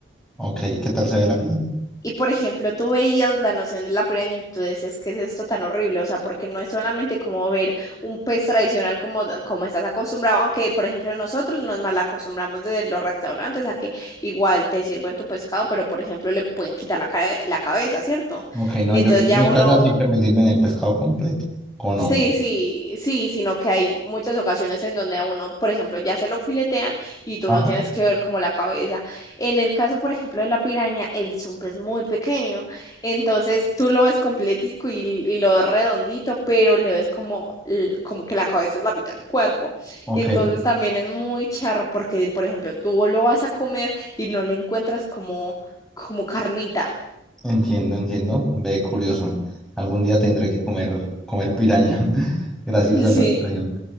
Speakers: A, in the centre; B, on the left.
A: Ok, ¿qué tal sabía la pirámide?
B: Y por ejemplo, tú veías la noción de la piraña y tú decías, ¿qué es esto tan horrible? O sea, porque no es solamente como ver un pez tradicional como, como estás acostumbrado, aunque por ejemplo nosotros nos mal acostumbramos desde los restaurantes a que igual te sirven tu pescado, pero por ejemplo le pueden quitar la, ca- la cabeza, ¿cierto?
A: Ok, no,
B: Entonces
A: yo
B: ya
A: en mi
B: uno
A: casa siempre me sirven el pescado completo, con
B: Sí,
A: ojos.
B: sí, sí, sino que hay muchas ocasiones en donde a uno, por ejemplo, ya se lo filetean y tú
A: Ajá.
B: no tienes que ver como la cabeza. En el caso, por ejemplo, de la piraña, el zumpe es muy pequeño, entonces tú lo ves completico y, y lo ves redondito, pero le ves como, l- como que la cabeza es la mitad del cuerpo.
A: Ok,
B: Entonces también es muy charro porque, por ejemplo, tú lo vas a comer y no le encuentras como, como carnita.
A: entiendo, entiendo. Ve, curioso. Algún día tendré que comer, comer piraña. <laughs> Gracias
B: <laughs>
A: a
B: Sí,
A: la situación.